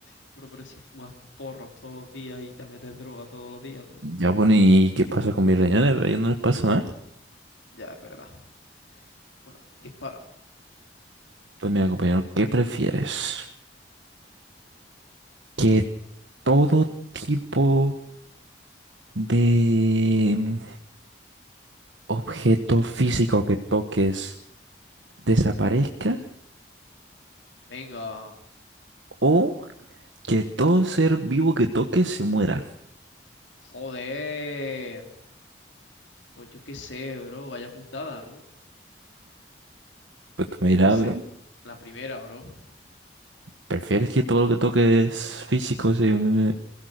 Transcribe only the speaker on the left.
Bro, pero si fumas porros todos los días y te metes droga todos los días, bro.
Ya, es verdad. Bueno, dispara.
Venga,
joder. Pues yo qué sé, bro. Vaya putada, ¿no?
Yo
qué sé.
La primera, bro.
Sí,